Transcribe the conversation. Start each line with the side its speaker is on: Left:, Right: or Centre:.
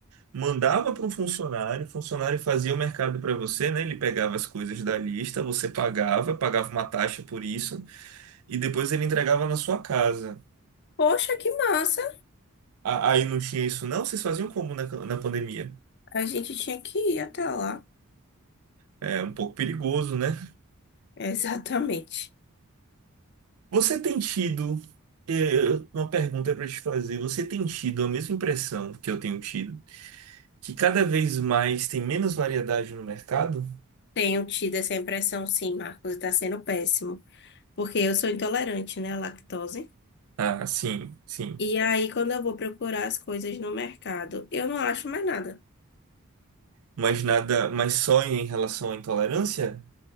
Right: mandava para um funcionário, o funcionário fazia o mercado para você, né? Ele pegava as coisas da lista, você pagava, pagava uma taxa por isso, e depois ele entregava na sua casa.
Left: Poxa, que massa!
Right: A- Aí não tinha isso, não? Vocês faziam como na, na pandemia?
Left: A gente tinha que ir até lá.
Right: É um pouco perigoso, né?
Left: <laughs> Exatamente.
Right: Você tem tido. eh, Uma pergunta para te fazer. Você tem tido a mesma impressão que eu tenho tido, que cada vez mais tem menos variedade no mercado?
Left: Tenho tido essa impressão, sim, Marcos, está sendo péssimo. Porque eu sou intolerante, né, à lactose.
Right: Ah, sim, sim.
Left: E aí, quando eu vou procurar as coisas no mercado, eu não acho mais nada.
Right: Mas nada, mas só em relação à intolerância,